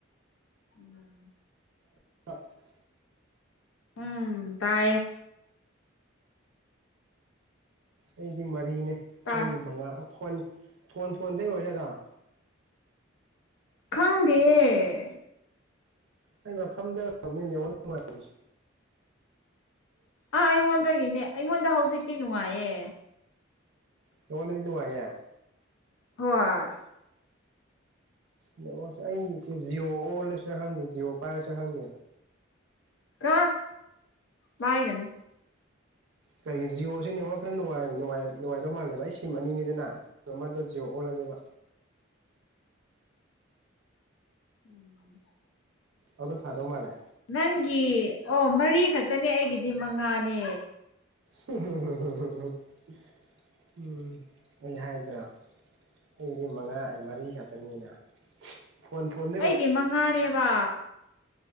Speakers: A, on the left; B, on the right.
A: ꯎꯝ
B: <unintelligible>
A: ꯎꯝ ꯇꯥꯏꯌꯦ
B: ꯑꯩꯗꯤ ꯃꯔꯤꯅꯦ
A: ꯇꯥꯏ
B: ꯅꯪꯗꯤ ꯃꯉꯥ ꯐꯣꯟ ꯐꯣꯟ ꯐꯣꯟꯗꯩ ꯑꯣꯏꯖꯥꯠꯂꯥ ꯫
A: ꯈꯪꯗꯤꯌꯦ
B: ꯑꯩ ꯃꯐꯝꯗꯉꯜ ꯅꯨꯡꯉꯔꯤꯁ
A: ꯑ ꯑꯩꯉꯣꯟꯗꯒꯤꯅꯦ ꯑꯩꯉꯣꯟꯗ ꯍꯧꯖꯤꯛꯇꯤ ꯅꯨꯡꯉꯥꯏꯌꯦ
B: ꯅꯉꫭꯟꯗꯗꯤ ꯅꯨꯡꯉꯥꯏꯌꯦ
A: ꯍꯣꯏ
B: ꯅꯦꯛꯋꯥꯛꯁꯦ ꯑꯩꯁꯦ ꯖꯤꯑꯣ ꯑꯣꯜꯂꯁꯤꯔ ꯈꯪꯗꯦ ꯖꯤꯑꯣ ꯄꯥꯏꯔꯁꯤꯔ ꯈꯪꯗꯦ
A: ꯆꫭ ꯃꯥꯏꯒꯅꯨ
B: ꯀꯔꯤꯒꯤ ꯖꯤꯌꯣꯁꯦ ꯅꯦꯠꯋꯥꯛ ꯈꯔ ꯅꯨꯡꯉꯥꯏ ꯅꯨꯡꯉꯥꯏ ꯅꯨꯡꯥꯏꯗꯧ ꯃꯥꯜꯂꯦ ꯕ ꯑꯩ ꯁꯤꯝ ꯑꯅꯤꯅꯦꯗꯅ ꯑꯃꯗꯣ ꯖꯤꯌꯣ ꯑꯣꯜꯂꯒꯦꯕ
A: ꯎꯝ
B: ꯑꯗꯨ ꯐꯗꯧ ꯃꯥꯜꯂꯦ
A: ꯅꯪꯒꯤ ꯑꯣ ꯃꯔꯤ ꯈꯛꯇꯅꯦ ꯑꯩꯒꯤꯗꯤ ꯃꯉꯥꯅꯦ꯫
B: <unintelligible> ꯎꯝ ꯑꯩ ꯍꯥꯏꯗ꯭ꯔꯥ ꯑꯩꯒꯤꯗꯤ ꯃꯉꯥ ꯑ ꯃꯔꯤ ꯈꯛꯇꯅꯤꯅ꯫ ꯐꯣꯟ ꯐꯣꯟ
A: ꯑꯩꯒꯤ ꯃꯉꯥꯅꯦꯕ